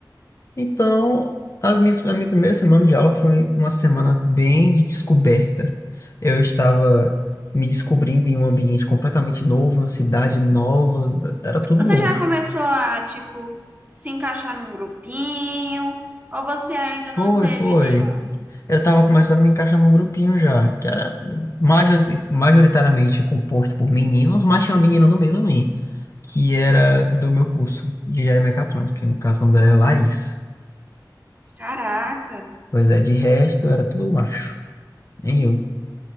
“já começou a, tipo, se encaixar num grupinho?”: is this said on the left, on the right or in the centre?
Right